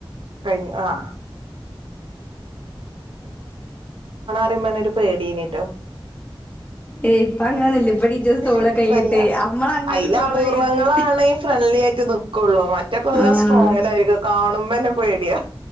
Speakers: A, on the right; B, on the left.
A: കഴിഞ്ഞു ആഹ് ത്യം പർഞ്ഞാ ഒരു പേട്യേനി ട്ടോ
B: ഏയ് ഇപ്പ അങ്ങനൊന്നുല്ല ഇപ്പ ടീച്ചേഴ്സ് തോളെ
A: ഇപ്പല്ല.
B: കൈയിട്ട് അമ്മള് അങ്ങട്ട്
A: അയിലപൂർവങ്ങ
B: തോളെ കൈയിട്ട്
A: ങ്ങളാണ് ഇ ഫ്രണ്ട്ലി ആയിട്ട് നിക്കൊള്ളൂ. മറ്റൊക്കെ ല്ലോം
B: ആഹ്
A: സ്ട്രോങ്ങിലായിരിക്കും. കാണുമ്പന്നെ പേടിയാ.